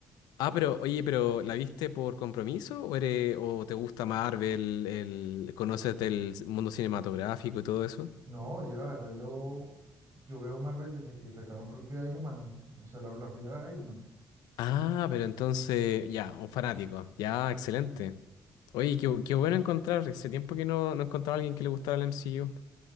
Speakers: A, on the left; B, on the right.
A: Ah, pero, oye, pero ¿la viste por compromiso o, eres, o te gusta Marvel, el, conoces del mundo cinematográfico y todo eso?
B: No, yo la verdad, yo, yo veo Marvel desde que sacaron, creo que Iron Man, o sea, la, la primera Iron Man.
A: Ah, pero entonces, ya, un fanático, ya, excelente.
B: Sí.
A: Oye, qué,
B: Sí.
A: qué bueno encontrar. Hace tiempo que no, no encontraba a alguien que le gustara el MCU.